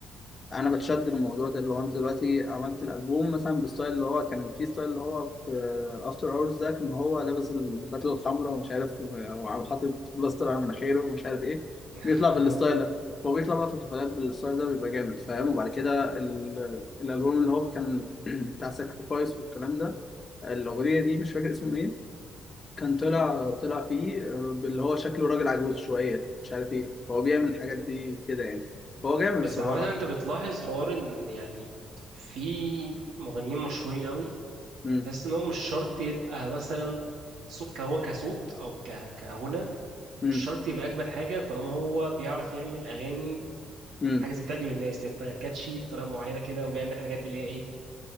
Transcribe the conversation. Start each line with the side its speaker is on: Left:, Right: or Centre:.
Left: انا بتشد الموضوع ده اللي هو انت دلوقتي عملت الالبوم مثلا بستايل اللي هو كان في ستايل اللي هو في افتر اورز ده كان هو لابس البدله الحمراء ومش عارف وب- وعم- حاطط بلاستر على مناخيره ومش عارف ايه
Right: <laughs>
Left: بيطلع بالستايل
Right: اه
Left: ده هو بيطلع بقى في الحفلات بالستايل ده بيبقى جامد فاهم وبعد كده ال... الالبوم اللي هو كان <clears throat> بتاع ساكرفايس والكلام ده الاغنيه دي مش فاكر اسمه ايه كان طلع طلع فيه آه، اللي هو شكله راجل عجوز شويه مش عارف ايه هو بيعمل الحاجات دي كده يعني هو جامد
Right: بس
Left: الصراحه
Right: عامه انت بتلاحظ حوار ان يعني في مغنيين مشهورين قوي
Left: امم
Right: تحس ان هو مش شرط يبقى مثلا صوت هو كصوت او ك... كغنى
Left: امم.
Right: مش شرط يبقى اجمد حاجه طالما هو بيعرف يعمل اغاني
Left: امم
Right: حاجه زي تعجب الناس اللي هي تبقى كاتشي بطريقه معينه كده وبيعمل حاجات اللي هي إيه،